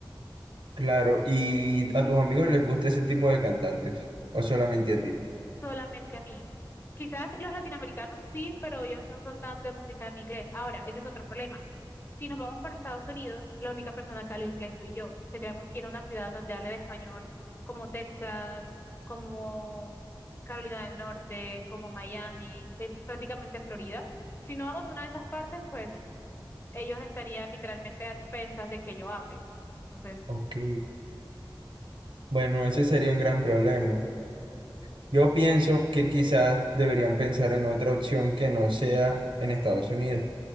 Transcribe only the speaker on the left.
solamente a mí. Quizás los latinoamericanos sí, pero ellos no son tan de música en inglés. Ahora, ese es otro problema. Si nos vamos para Estados Unidos, la única persona que habla inglés soy yo. Tendríamos que ir a una ciudad donde hable de español, como Texas, como Carolina del Norte, como Miami, eh, prácticamente Florida. Si no vamos a una de esas partes, pues ellos estarían literalmente a expensas de que yo hable. Entonces,